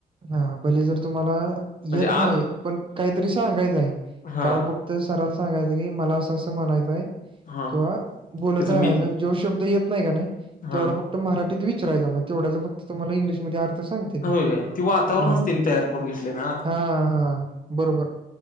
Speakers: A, on the right; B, on the left.
A: हा भले जर तुम्हाला
B: म्हणजे
A: येत नाही
B: आत
A: पण काहीतरी सांगायचंय आहे
B: हा
A: ताव फक्त सराला सांगायचं की मला असं असं म्हणायच आहे.
B: हा
A: किंवा बोलत
B: त्याच
A: राहाच
B: मेन
A: जो शब्द येत नाय की नाही
B: हा
A: तेवढा फक्त मराठीत विचारायचा मग तेवढ्याचा फक्त तुम्हाला इंग्लिशमध्ये अर्थ सांग ती
B: होय काय ते वातावरणच
A: हा-
B: त्यांनी तयार करून घेतले ना आता
A: हा -हा. बरोबर